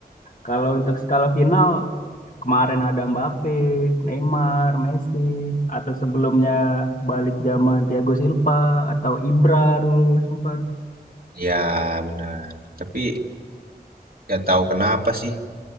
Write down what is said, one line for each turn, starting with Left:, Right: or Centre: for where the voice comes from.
Left: Kalau untuk skala final kemarin ada Mbappe, Neymar, Messi atau sebelumnya balik zaman Thiago Silva atau Ibra dulu sempat.
Right: Iya, benar. Tapi nggak tahu kenapa sih